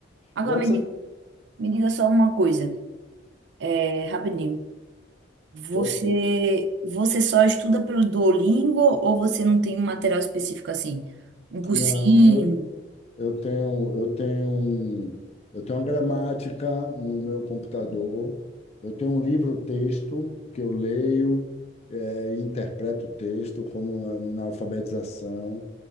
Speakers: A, on the right (about 70°); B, on the left (about 35°).
A: Agora
B: E é
A: me,
B: o que você...
A: di- me diga só uma coisa, é, rapidinho. Você,
B: Estou aqui.
A: você só estuda pelo Duolingo ou você não tem um material específico assim? Um cursinho?
B: Não, eu eu tenho, eu tenho, um- eu tenho uma gramática no meu computador. Eu tenho um livro-texto que eu leio eh, e interpreto o texto, como na na alfabetização.